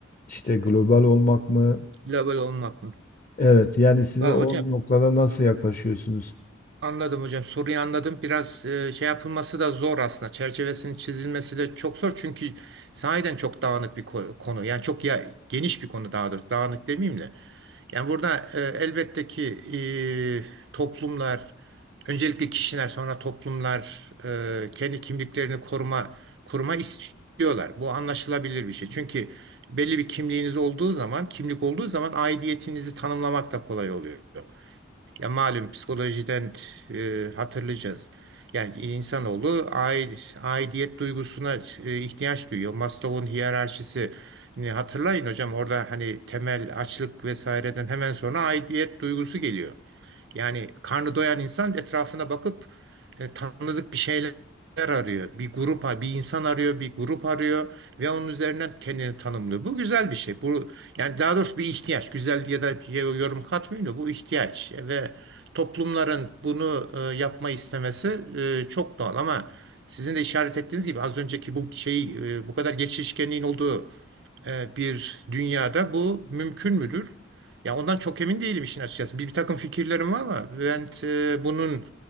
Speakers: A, on the left; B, on the right.
A: işte global olmak mı?
B: Level olmak mı?
A: Evet yani siz
B: Var
A: o
B: hocam.
A: noktada nasıl yaklaşıyorsunuz?
B: Anladım hocam. Soruyu anladım. Biraz e, şey yapılması da zor aslında. Çerçevesinin çizilmesi de çok zor. Çünkü sahiden çok dağınık bir ko- konu. Yani çok ya, geniş bir konu daha doğrusu. Dağınık demeyeyim de. Yani burada e, elbette ki e, toplumlar, öncelikle kişiler, sonra toplumlar e, kendi kimliklerini koruma koruma istiyorlar. Bu anlaşılabilir bir şey. Çünkü belli bir kimliğiniz olduğu zaman, kimlik olduğu zaman aidiyetinizi tanımlamak da kolay oluyor. Ya malum psikolojiden e, hatırlayacağız. Yani insanoğlu aid, aidiyet duygusuna e, ihtiyaç duyuyor. Maslow'un hiyerarşisini hatırlayın hocam. Orada hani temel açlık vesaireden hemen sonra aidiyet duygusu geliyor. Yani karnı doyan insan etrafına bakıp e, tanıdık bir şeyler arıyor. Bir grup, bir insan arıyor, bir grup arıyor ve onun üzerinden kendini tanımlıyor. Bu güzel bir şey. Bu yani daha doğrusu bir ihtiyaç. Güzel diye de bir şey- yorum katmıyorum da bu ihtiyaç ve toplumların bunu e, yapma istemesi e, çok doğal ama sizin de işaret ettiğiniz gibi az önceki bu şey e, bu kadar geçişkenliğin olduğu e, bir dünyada bu mümkün müdür? Ya ondan çok emin değilim işin açıkçası. Bir, bir takım fikirlerim var ama ben e, bunun